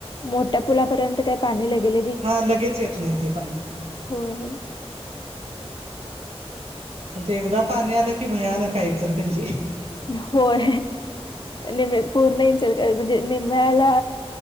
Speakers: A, on the left; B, on the right.
A: मोठ्या पुुलापर्यंत काय पाणी लागेल.
B: हा लगेच येत नाही. ते पाणी
A: होय होय
B: पण ते एकदा पाणी आलं की भयानक इचलकरंजी-
A: होय निमी पूर्ण इचलकरंजी म्हणजे निम्म्याला